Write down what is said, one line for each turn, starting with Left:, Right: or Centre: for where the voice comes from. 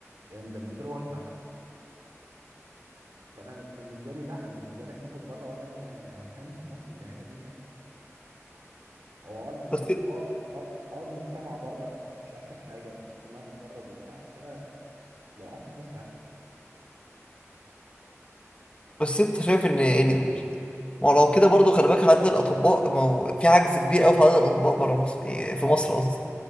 Right: فاهم؟ ده من غير وجبه حتى فانا بالنسبه لي لا انا بالنسبه لي اسافر بره ولا ان هكان في مصر الاهانه دي يعني هو اه ال-
Left: بس
Right: اه اه آه المجتمع بره مش احسن حاجه وحتى اللي انا متغرب وبتاع بس انا لو قعدت في مصر هشحت
Left: بس انت شايف ان يعني ما هو لو كده برضو خلي بالك عدد الأطباء ما هو في عجز كبير أوي في عدد الأطباء برا مصر إيه، في مصر قصدي